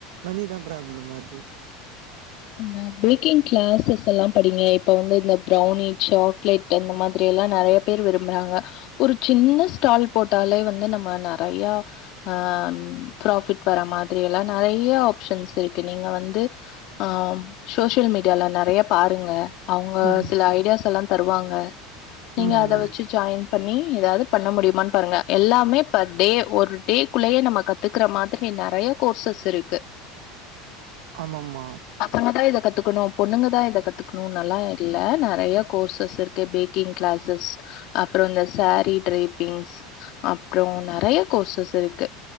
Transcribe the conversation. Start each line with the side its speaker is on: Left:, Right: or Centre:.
Right: மணிதா ப்ராப்ளமாருக்கு
Left: இந்த பேக்கிங் கிளாஸஸ் எல்லா படிங்க இப்ப வந்து இந்த பிரௌனி சாக்லேட் இந்த மாதிரி எல்லா நிறைய பேரு விரும்புறாங்க ஒரு சின்ன ஸ்டால் போட்டாலே வந்து நம்ம நிறையா அ ப்ராஃபிட் வர மாதிரி எல்லா நறைய ஆப்ஷன்ஸ் இருக்கு நீங்க வந்து அ சோஷியல் மீடியால நறைய பாருங்க அவுங்க
Right: ம்
Left: சில ஐடியாஸ் எல்லா தருவாங்க நீங்க
Right: ம்
Left: அத வச்சு ஜாயின் பண்ணி எதாவ்து பண்ண முடியுமானு பாருங்க எல்லாமே பர் டே ஒரு டேக்குள்ளேயே நம்ம கத் கத்துக்குற மாதிரி நறைய கோர்சஸ் இருக்கு
Right: ஆமாமா
Left: பசங்க தா இத கத்துக்கனு பொண்ணுங்க தா இத கத்துக்கனோன்னல்லா இல்ல நறைய கோர்சஸ் இருக் க்கு பேக்கிங் கிளாஸஸ் அப்றோ இந்த சாரீ ட்ரேப்பிங்ஸ் அப்றோ நறைய கோர்சஸ் இருக்கு